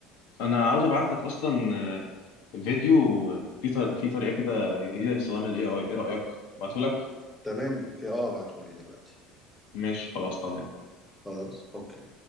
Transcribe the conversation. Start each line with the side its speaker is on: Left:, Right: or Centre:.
Left: انا عاوز ابعت لك اصلا آه، فيديو آه، في طر... في طريقه كده جديده لاستخدام الاي اي ايه رايك ابعته لك
Centre: تمام اوكي اه ابعتهولي دلوقتي
Left: ماشي خلاص تمام
Centre: خلاص اوكي